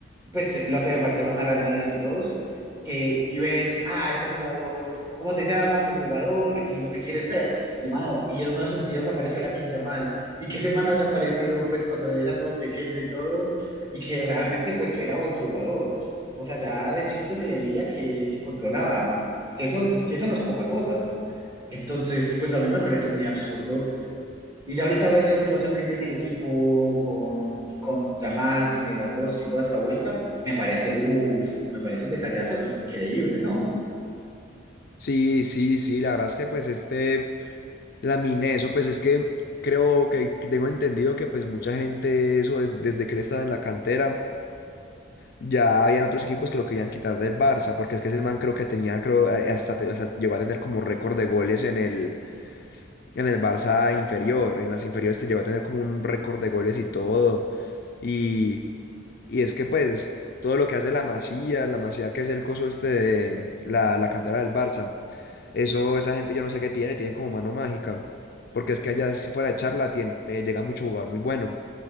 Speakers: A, on the right; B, on the left.
A: pues lo hace el Barcelona, Real Madrid y todos, que y ven, ah, este jugador, ¿cómo te llamas? El jugador y lo que quieren ser. Y mano, y en uno de esos videos aparece la Yamal y que semana haya aparecido pues cuando era todo pequeño y todo y que realmente pues era buen jugador. O sea, ya de chiquito se le veía que, que controlaba, que eso, que eso no es poca cosa. Entonces, pues a mí me pareció muy absurdo. Y ya ahorita ver la situación que tiene el equipo con, con Yamal, con Lewandowski, toda esta vuelta, me parece, uff, me parece un detallazo increíble, ¿no?
B: Sí, sí, sí, la verdad es que, pues este, Lamine, eso, pues es que creo que que tengo entendido que, pues mucha gente, eso, des- desde que él estaba en la cantera. Ya habían otros equipos que lo querían quitar del Barça, porque es que ese man creo que tenía, creo, eh, hasta, te- hasta llegó a tener como récord de goles en el, en el Barça inferior, en las inferiores te llegó a tener como un récord de goles y todo. Y, y es que pues todo lo que hace la Masía, la Masía que es el coso este de la, la cantera del Barça, eso, esa gente yo no sé qué tiene, tienen como mano mágica, porque es que allá si fuera de charla tiene, llega mucho jugador muy bueno.